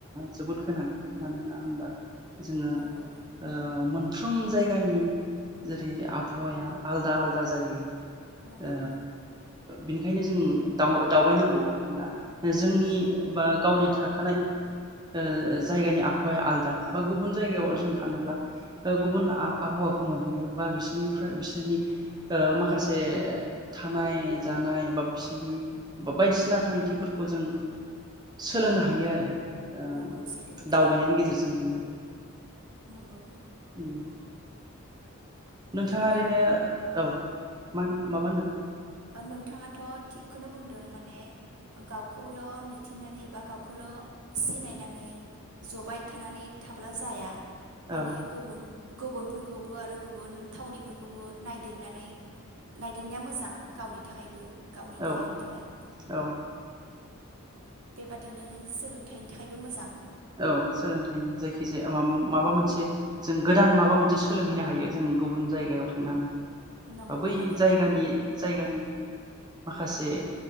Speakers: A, on the right (about 20°); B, on the right (about 80°).
A: जोबोद गोनां मानोना होमबा जोंङो
B: नंगौ
A: ओ मोनफ्रोम जायगानि जेरै आबहावाया आलदा आलदा जायो।
B: नंगौ
A: ओ बिनिखायनो जों दाव-दावबायनांगौ मानोना जोंनि बा गावनि थाखानाय ओ जायगानि आबहावाया आलदा बा गुबुन जायगायाव जों थांङोब्ला गुबुन आ-आबहावाखौ मोनहैयो बा बिसोरनिफ्राय बिसोरनि ओ माखासे थानाय जानाय बा बिसोरनि बा बायदिसिना खान्थिफोरखौ जों सोलोंनो हायो आरो। ओ
B: नंगौ सैथो बाथ्रा
A: दावबायनायनि गेजेरजों जोंङो
B: नंगौ
A: उम नोंथांङा
B: बेबादि
A: ओरैनो औ मा माबा होनदों?
B: नोंथांङाथ थिगखौनो बुंदों माने गावखौल मिथिनानै एबा गावखौल सिनायनानै जबाय थानानै थाब्ला जाया। माने
A: औ
B: गुबुन गुबुनफोरखौबो आरो गुबुन थावनिफोरखौबो नायदिंनानै नायदिंनाया मोजां। गावनि थाखायबो गावनि
A: औ
B: देहानि थाखाय
A: औ
B: बेबादिनो सोलोंथाइनि थाखायबो मोजां।
A: औ सोलोंथाइनि जायखिजाया माबा माबा मोनसे जों गोदान माबा मोनसे सोलोंहैनो हायो जों गुबुन जायगायाव थांनानै
B: नंगौ
A: बै
B: माने
A: जायगानि जायगानि माखासे